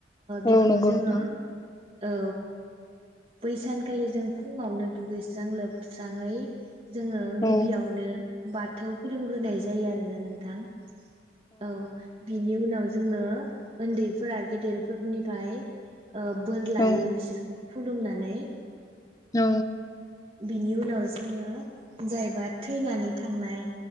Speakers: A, on the right; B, on the left.
A: बिखौ
B: औ नंगौ
A: जोङो
B: नोंथां
A: औ। बैसानखालि जों फुङावनो दुगैस्रां लोबस्राङै। जोङो
B: औ
A: गिबियावनो। बाथौ खुलुमग्रोनाय जायो आरो ना नोंथां? औ बिनि उनाव जोङो उन्दैफोरा गेदेरफोरनिफ्राय बोर
B: औ
A: लायो बिसोर खुलुमनानै
B: औ।
A: बेनि उनाव जोङो जायबा थैनानै थांनाय।